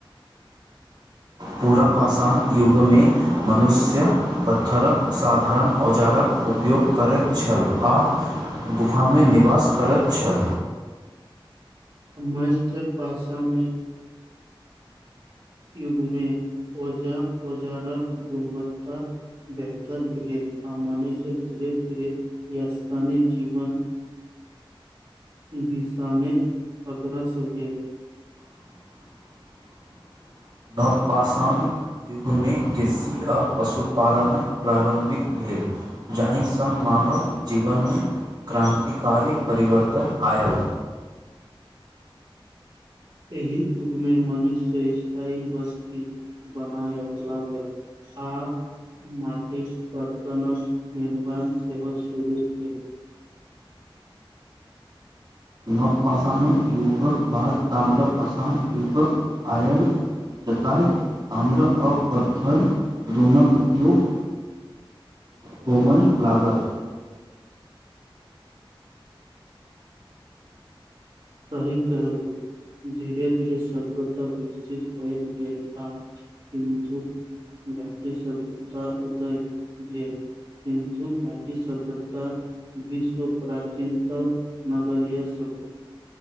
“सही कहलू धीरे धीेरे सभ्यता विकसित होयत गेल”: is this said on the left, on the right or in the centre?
Right